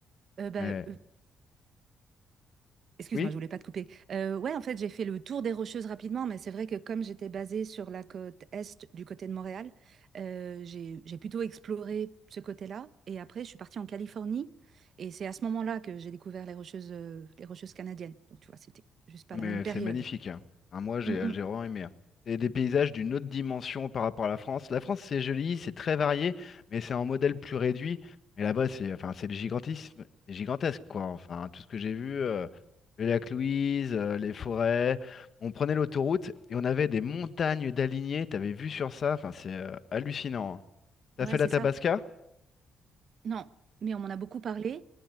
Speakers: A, on the right; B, on the left.
A: Euh, ben,
B: mais
A: euh, Excuse-moi,
B: oui.
A: je voulais pas te couper. Heu, ouais, en fait, j'ai fait le tour des Rocheuses rapidement, mais c'est vrai que comme j'étais basée sur la côte est du côté de Montréal, heu, j'ai j'ai plutôt exploré ce côté-là et après je suis partie en Californie et c'est à ce moment-là que j'ai découvert les Rocheuses, heu, les Rocheuses canadiennes. Donc tu vois, c'était juste pas
B: Ah, mais
A: la même période.
B: c'est magnifique, hein. Hein, moi, j'ai
A: Mmh mh.
B: j'ai vraiment aimé. hein. C'est des paysages d'une autre dimension par rapport à la France. La France, c'est joli, c'est très varié, mais c'est en modèle plus réduit. Mais là-bas, c'est enfin, c'est le gigantisme, c'est gigantesque, quoi. Enfin, tout ce que j'ai vu, euh, le lac Louise, euh, les forêts. On prenait l'autoroute et on avait des montagnes d'alignés. T'avais vu sur ça, enfin, c'est euh, hallucinant. hein. T'as
A: Ouais,
B: fait
A: c'est
B: la Tabasca?
A: ça. Non, mais on m'en a beaucoup parlé.